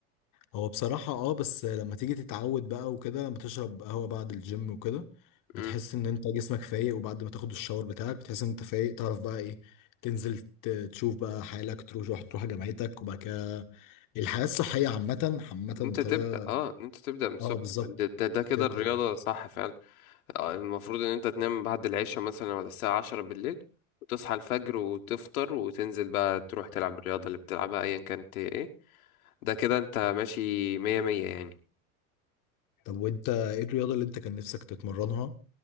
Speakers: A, on the left; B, on the left.
A: هو بصراحة اه بس لما تيجي تتعود بقى وكده لما تشرب قهوة بعد الجيم وكده بتحس
B: امم
A: ان انت جسمك فايق وبعد ما تاخد الشاور بتاعك بتحس ان انت فايق تعرف بقى ايه تنزل ت- تشوف بقى حالك تروح تروح جامعتك وبعد كده الحياة الصحية عامة عامة بطريقة
B: انت تبدا اه انت تبدا من الصبح
A: اه بالظبط
B: ده, ده, ده كده
A: تبدأ
B: الرياضه صح فعلا آه، المفروض ان انت تنام بعد العشاء مثلا ولا الساعه 10 بالليل وتصحى الفجر وتفطر وتنزل بقى تروح تلعب الرياضه اللي بتلعبها ايا كانت هي ايه ده كده انت ماشي مية مية يعني
A: طب وانت ايه الرياضة اللي انت كان نفسك تتمرنها